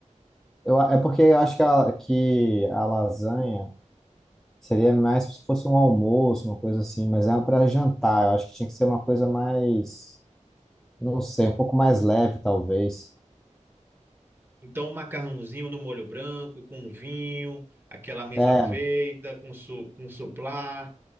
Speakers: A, in the centre; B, on the right.
A: Eu, é porque eu acho que a, que a lasanha seria mais se fosse um almoço, uma coisa assim, mas é para jantar. Eu acho que tinha que ser uma coisa mais, não sei, um pouco mais leve, talvez.
B: Então, um macarrãozinho no molho branco, com um vinho, aquela mesa
A: É,
B: feita, com, su, com suplá,